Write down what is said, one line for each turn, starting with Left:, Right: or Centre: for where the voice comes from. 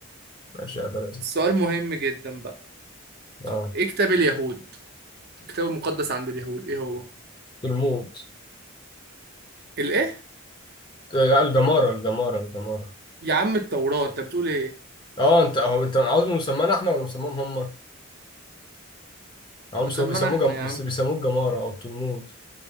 Left: ماشي يا بلدي
Right: سؤال مهم جدا بقى
Left: اه
Right: ايه كتاب اليهود الكتاب المقدس عند اليهود ايه هو
Left: الموت
Right: الايه
Left: لا الجمارة الجمارة الجمارة
Right: يا عم التوراة انت بتقول ايه
Left: اه انت اهو انت عاوز مسمانا احنا ولا مسماهم هم هم
Right: مسمانا
Left: سو بيسموه
Right: احنا
Left: جم...
Right: يا
Left: بيس-
Right: عم
Left: بيسموه الجمارة أو التلمود